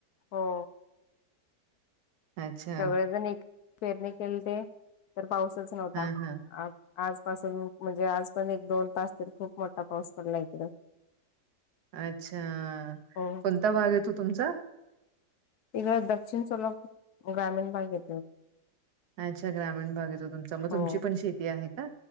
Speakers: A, on the left; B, on the right.
A: हो.
B: अच्छा
A: सगळेजण एक पेरणी केलेते तर पाऊसचं नव्हता
B: हा हा
A: आ आजपासून म्हणजे आज पण एक दोन तास तरी खूप मोठा पाऊस पडला इकडं.
B: अच्छा,
A: हो
B: कोणता भाग येतो तुमचा?
A: इकडं दक्षिण सोलापूर ग्रामीण भाग येतोय.
B: अच्छा ग्रामीण भाग येतो तुमचा, मग
A: हो
B: तुमची पण शेती आहे का?